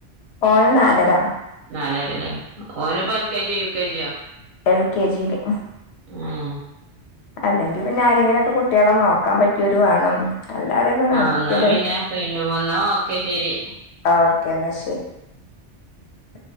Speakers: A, on the left (about 65°); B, on the right (about 60°).
A: മേൻനാലര
B: നാലര അല്ലേ ഓനി ഇപ്പോ എൽ കെ ജിയോ യു കെ ജിയോ?
A: എൽ കെ ജിയില്
B: ആഹ്
A: അല്ലെങ്കിൽ പിന്നെ ആരെങ്കിലുംക്കെ കുട്ടികളെ നോക്കാൻ പറ്റിയരു വേണം. അല്ലാതെയൊന്നും നടക്കില്ല
B: ആഹ് എന്നാ പിന്നെ തഴിപോന്നോ ഓക്കെ ശെരി
A: ആഹ് ഓക്കേ എന്നാ ശരി. ഉം